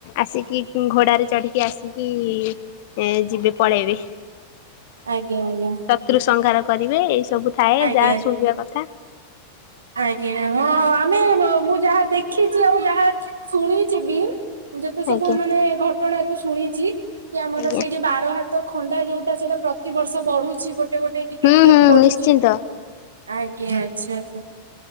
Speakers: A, on the left (about 50°); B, on the right (about 70°).
A: ଆସି କି ଘୋଡାରେ ଚଢ଼ିକି ଆସିକି ଏ ଯିବେ ପଳେଇବେ।
B: ଆଜ୍ଞା ଆଜ୍ଞା।
A: ଶତ୍ରୁ ସଂଘାର କରିବେ ଏଇ ସବୁ ଥାଏ
B: ଆଜ୍ଞା
A: ଯାହା ଶୁଣିବା କଥା
B: ଆଜ୍ଞା ହଁ ଆମେ <unintelligible> ମୁଁ ଯାହା ଦେଖିଛି ଆଉ, ଯାହା ଶୁଣିଛି ବି ଯେତେ
A: ଆଜ୍ଞା
B: ସବୁ ମାନେ ଘଟଣାରୁ ଶୁ ଶୁଣିଛି କି ଆମର
A: ଆଜ୍ଞା।
B: ସେଇ ଯୋଉ ବାର ହାତ ଖଣ୍ଡା ଯୋଉଟା ସେଇଟା ପ୍ର ତି ବର୍ଷ ବଢୁଛି ଗୋଟେ ଗୋଟେ ଟିକେ
A: ହୁଁ
B: ଟିକେ
A: ହୁଁ
B: ବଢୁଛି,
A: ନିଶ୍ଚିନ୍ତ।
B: ଆଜ୍ଞା। ଆଚ୍ଛା ଆଚ୍ଛା